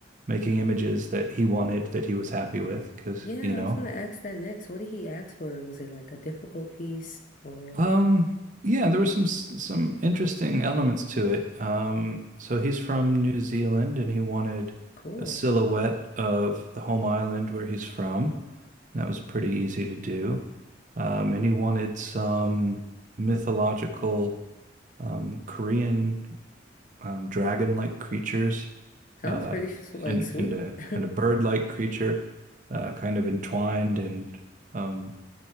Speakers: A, on the right; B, on the left.
A: making images that he wanted that he was happy with because
B: yeah,
A: you know
B: I was gonna ask that next. What did he ask for? Was it like a difficult piece or
A: um yeah there were some some interesting elements to it um so he's from New Zealand and he wanted
B: cool?
A: a silhouette of the home island where he's from that was pretty easy to do um and he wanted some mythological um Korean um, dragon-like creatures
B: Sounds
A: uh,
B: pretty s- like
A: and
B: sweet.
A: and a
B: <laughs>
A: and a bird-like creature uh, kind of entwined and um,